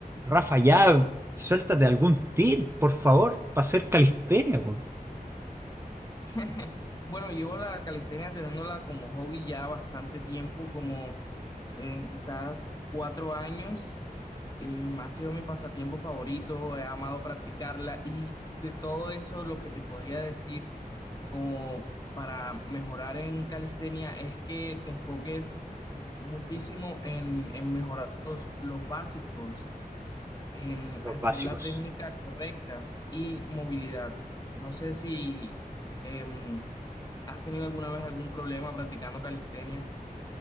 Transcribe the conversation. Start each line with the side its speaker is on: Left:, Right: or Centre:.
Right: Rafa, ya suéltate algún tip, por favor, para hacer calistenia, po,
Left: <laughs> Bueno, llevo la calistenia teniéndola como hobby ya bastante tiempo, como en quizás cuatro años. Eh, ha sido mi pasatiempo favorito, he amado practicarla y de todo eso lo que te podría decir como para mejorar en calistenia es que te enfoques muchísimo en, en mejorar los los básicos en
Right: los
Left: hacer
Right: básicos.
Left: la técnica correcta y movilidad. No sé si em, has tenido alguna vez algún problema practicando calistenia.